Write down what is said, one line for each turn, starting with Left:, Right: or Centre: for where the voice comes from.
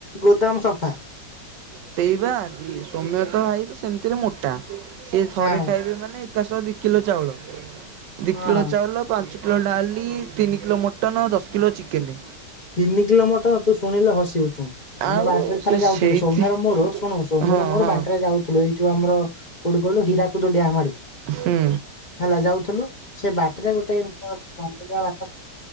Left: ଗୋଦାମ ସଫା।
Right: ସେଇ ବା ଦି ସୋମ୍ୟତ ଭାଇ ତ ସେମିତିରେ ମୋଟା, ସେ ଥରେ
Left: ହଁ
Right: ଖାଇବେ ମାନେ ଏକାଶହ ଦି କିଲୋ ଚାଉଳ ଦି
Left: ହଁ।
Right: କିଲୋ ଚାଉଳ ପାଞ୍ଚ କିଲୋ ଡାଲି ତିନି କିଲୋ ମଟନ୍ ଦଶ କିଲୋ ଚିକେନ୍।
Left: ତିନି କିଲୋ ମଟର ତୁ ଶୁଣିଲେ ହସିବୁ। ବୁ ଶୁଣୁ, ଆମେ
Right: ଆଉ
Left: ବାଟରେ
Right: ସେ
Left: ଥରେ ଯାଉଥୁଲୁ
Right: ସେଇଥି
Left: ସୋମ୍ୟର ମୋର ଶୁଣୁ ସୋମ୍ୟର
Right: ହଁ
Left: ମୋର
Right: ହଁ
Left: ବାଟରେ ଯାଉଥୁଲୁ। ଏଇ ଯୋଉ ଆମର କୋଉଠି କହିଲୁ ହୀରାକୁଦୁ ଡ୍ୟାମ ଆଡକୁ,
Right: ହୁଁ
Left: ହେଲା ଯାଉଥୁଲୁ। ସେ ବାଟରେ ଗୋଟେ <unintelligible> ଜଙ୍ଗଲିଆ ବାଟ <unintelligible>